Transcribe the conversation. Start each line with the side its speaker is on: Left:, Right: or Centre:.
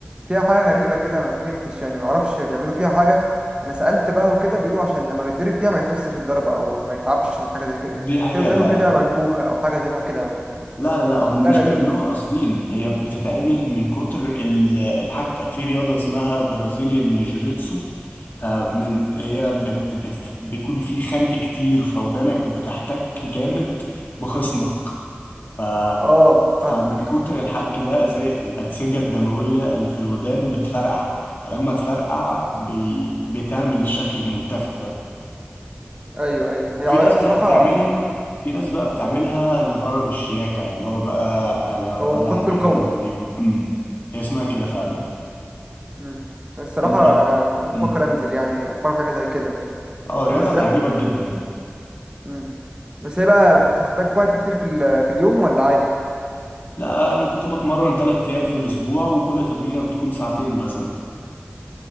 Right: فيها حاجة غريبة كده ما فهمتش يعني ما اعرفش بيعملوا فيها حاجة انا سألت بقى وكده بيقولوا عشان لما بيتضرب فيها ما يحسش الضربة او ما يتعبش من حاجة زي كده
Left: دي حقيقة
Right: تلاقي ودانه
Left: فعلا
Right: كده منفوخة او حاجة شبه كده بس
Left: لا لا
Right: فشكلها
Left: لا هم مش
Right: غريب
Left: بيعملوها قاصدين هي بتتعمل من كتر ال- الحكة في رياضة اسمها برازيليان جوجيتسو فمن
Right: مم.
Left: هي بت بت بيكون في خنق كتير فودانك بتحتك جامد بخصمك ف
Right: اه فاهمة
Left: فمن كتر الحك ده زي الأنسجة الدموية اللي في الودان بتفرقع فلما تفرقع بي بتعمل الشكل المنتفخ ده
Right: ايوه ايوه
Left: وفي
Right: هي
Left: ناس
Right: على- الصراحة
Left: بقى بتعملها في ناس بقى بتعملها لغرض الشياكة اللي هو بقى أنا بلعب
Right: هو مقاتل
Left: الرياضة
Right: قوي
Left: دي و... مم. هي اسمها كده فعلا
Right: مم. الصراحة
Left: أنت
Right: انا بفكر
Left: مم.
Right: انزل يعني اتفرج حاجة زي كده
Left: أه الرياضة
Right: بالذات
Left: هتعجبك جدا
Right: مم. بس هي بقى بتحتاج وقت كتير في ال- في اليوم ولا عادي
Left: لا أنا كنت بتمرن تلات أيام في الأسبوع وكل تمرينة بتكون ساعتين مثلا